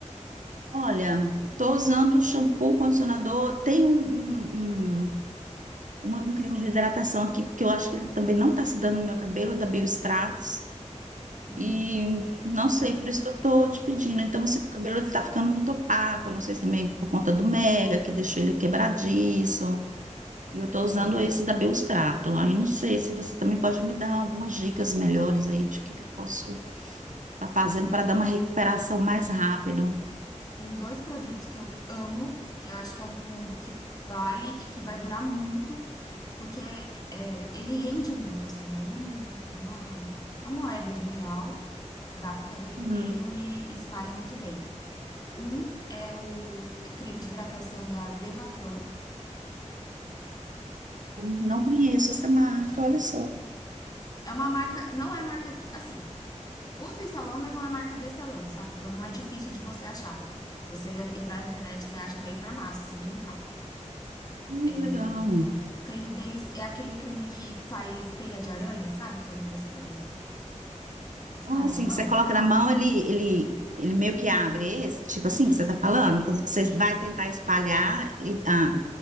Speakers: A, on the right (about 85°); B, on the left (about 30°).
A: Olha, estou usando shampoo, condicionador. Tem um, um, um, uma- um creme de hidratação aqui, que eu acho que ele também não está se dando no meu cabelo, da Biostratos.
B: Hum,
A: E não sei, por isso que eu estou te pedindo. Então, assim, meu cabelo está ficando muito opaco. Não sei se também por conta do Mega, que deixou ele quebradiço. E eu estou usando
B: olha,
A: esse da Biostrato. Aí não sei se você também pode me dar algumas dicas melhores aí de o que, que eu posso estar fazendo
B: eu
A: para dar uma recuperação mais rápido.
B: tem dois produtos que eu amo, que eu acho que é um combo que vale e que vai durar muito, porque é, ele rende muito, assim, é um, uma, uma moeda de um real, dá pro cabelo inteiro
A: Uhum.
B: e, e espalha muito bem. Um é o creme de hidratação da Deva Curl.
A: Não conheço essa marca, olha só.
B: É uma marca, não é marca assim, usa em salão, mas não é marca de salão, sabe? Então não é difícil de você achar. Se você entrar na internet, você acha até em farmácia, se brincar.
A: Ai,
B: É,
A: que legal.
B: o creme deles é aquele creme que faz teia de aranha, sabe? Quando você espalha
A: Ah, assim,
B: na mão.
A: que você coloca na mão, ele, ele, ele meio que abre esse, tipo
B: Isso,
A: assim que você tá falando, quando você
B: isso,
A: vai tentar espalhar, ele- ah,